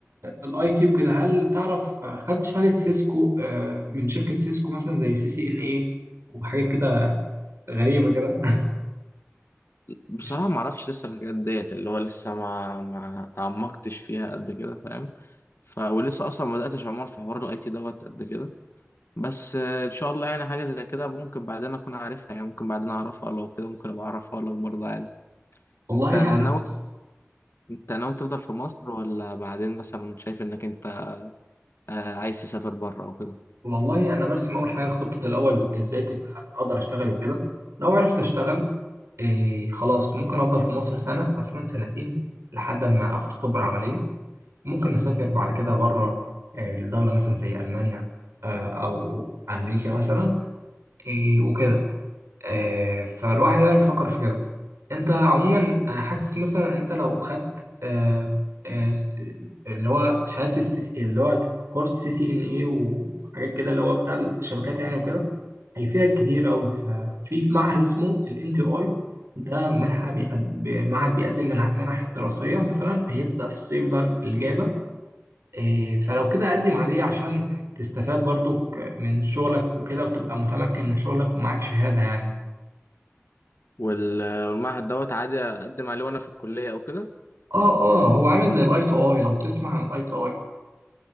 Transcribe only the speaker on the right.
الاي تي وكده هل تعرف خدت شهادة سيسكو آه، من شركة سيسكو مثلا زي سي سي ان ايه وحاجات كده غريبة كده <laughs>
والله
يعني بص
والله انا برسم اول حاجة خطة الاول ازاي تبقى اقدر اشتغل وكده لو عرفت اشتغل إيه خلاص ممكن افضل في مصر سنة مثلا سنتين لحد ما اخد خبرة عملية ممكن اسافر بعد كده بره الدولة مثلا زي المانيا آه، او امريكا مثلا إيه وكده آه، فالواحد يعني بيفكر في كده انت عموما آه، حاسس مثلا انت لو خدت آه، آه، س- اللي هو شهادة السي سي اللي هو كورس سي سي ان اي وحاجات كده اللي هو بتاع الشبكات يعني وكده هيفيدك كتير قوي ففي في معهد اسمه الام تي اي ده منحة بيقد... معهد بيقدم منح منح دراسية مثلا هيبدأ في الصيف ده اللي جاي ده إيه، فلو كده قدم عليه عشان تستفاد برضك من شغلك وكده وتبقى متمكن من شغلك ومعاك شهادة يعني
اه اه هو عامل زي الاي تو اي لو تسمع عن الاي تو اي